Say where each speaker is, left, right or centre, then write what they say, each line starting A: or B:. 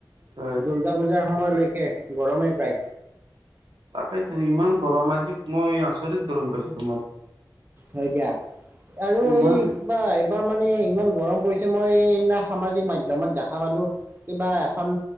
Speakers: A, on the right; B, on the right.
A: হয়
B: দুূৰ্গা পূজাৰ সময়লৈকে গৰমেই প্ৰায়।
A: তাকেই তো ইমান গৰম আজি মই আচৰিত গৰম পাইছো তোমাৰ।
B: হয় দিয়া আৰু
A: ইমান
B: এই কিবা এইবাৰ মানে ইমান গৰম পৰিছে মই সদিনা সামাজিক মাধ্যমত দেখা পালো কিবা এখন